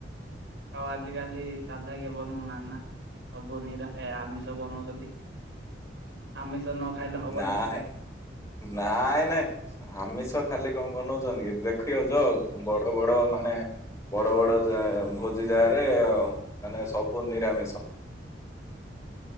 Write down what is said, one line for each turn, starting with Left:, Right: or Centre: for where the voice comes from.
Right: ଆଉ ଆଜିକାଲି ଶଧ୍ୟାଗ ବନୁ ନ ନା ସବୁ ନିିରା ଏ ଆମିଷ ବନାଉଛନ୍ତି! ଆମିଷ ନ ଖାଇଲେ ହବନି
Left: ନାଇଁ
Right: ସେତେ
Left: ନାଇଁ ନାଇଁ ଆମିଷ ଖାଲି କଣ ବନଉଛନ୍ତି। କି ଦେଖଅ ଯ ବଡ ବଡ ମାନେ ବଡ ବଡ ଯ ଭୋଜି ଜାଗାରେ ମାନେ ସବୁ ନିରାମିଷ।